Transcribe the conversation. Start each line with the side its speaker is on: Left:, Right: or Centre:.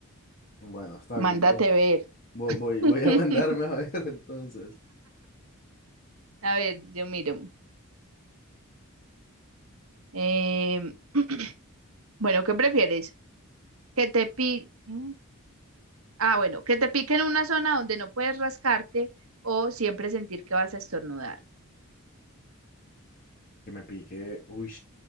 Left: Bueno, está
Right: Mándate
Left: bien, voy,
Right: ver.
Left: voy, voy voy
Right: <laughs>
Left: a <laughs> mandarme a ver <laughs> entonces.
Right: A ver, yo miro. Em, <clears throat> bueno, ¿qué prefieres? que te piquen, ah, bueno, que te pique en una zona donde no puedes rascarte o siempre sentir que vas a estornudar.
Left: Que me pique, uy,